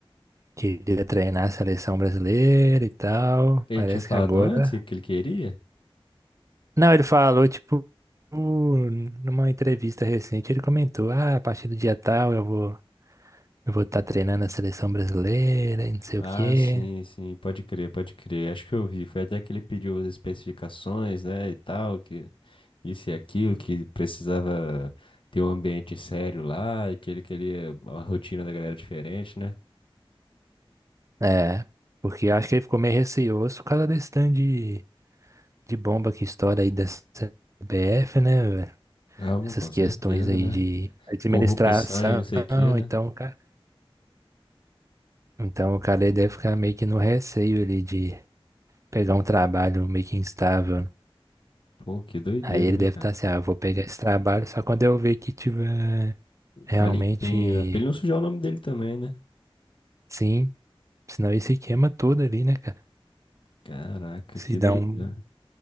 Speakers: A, on the right; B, on the left.
A: queria treinar a seleção brasileira e tal.
B: Ele
A: Parece
B: tinha falado
A: que agora.
B: antes que que ele queria?
A: Não, ele falou, tipo, numa entrevista recente, ele comentou: ah, a partir do dia tal eu vou. Eu vou estar treinando a seleção brasileira e não sei
B: Ah,
A: o quê.
B: sim, sim, pode crer, pode crer. Acho que eu vi. Foi até que ele pediu as especificações, né, e tal, que isso e aquilo, que precisava ter um ambiente sério lá, e que ele queria uma rotina da galera diferente, né?
A: É, porque acho que ele ficou meio receoso por causa desse tanto de, de bomba que estoura aí da CBF, né, velho?
B: Ah, bom,
A: Essas
B: com
A: questões
B: certeza,
A: aí
B: né?
A: de administração,
B: Corrupção e não sei o que, né?
A: então, o ca- então o cara aí deve ficar meio que no receio ali de pegar um trabalho meio que instável. né?
B: Pô, que doideira,
A: Aí ele
B: né,
A: deve
B: cara?
A: estar assim, ah, eu vou pegar esse trabalho só quando eu ver que tiver realmente
B: Tá limpinho, né? Pra ele não sujar o nome dele também, né?
A: sim, senão ele se queima todo ali, né, cara?
B: Caraca,
A: Se
B: que
A: dá
B: doideira.
A: um